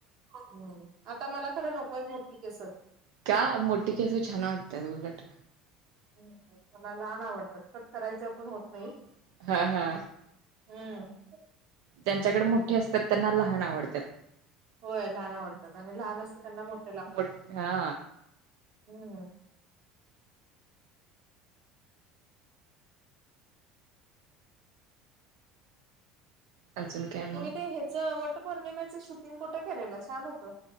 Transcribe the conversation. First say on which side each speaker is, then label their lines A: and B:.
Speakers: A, on the right (about 60°); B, on the right (about 80°).
A: हम्म आता मला खरं नको आहेत मोठी केस
B: का मोठी केस छान वाटत्यात उलट.
A: हम्म मला लहान आवडतात कट करायचं पण होत नाही.
B: हा हा.
A: हम्म
B: ज्यांच्याकड मोठी असतात त्यांना लहान आवडतात.
A: होय लहान आवडतात आणि लहान असतयं त्यांना मोठी लागतात
B: मोठ हा.
A: हम्म.
B: अजून. काय
A: तुम्ही
B: मग
A: ते ह्याचं वटपौर्णिमेच शूटिंग कुठं केलेलं छान होतं.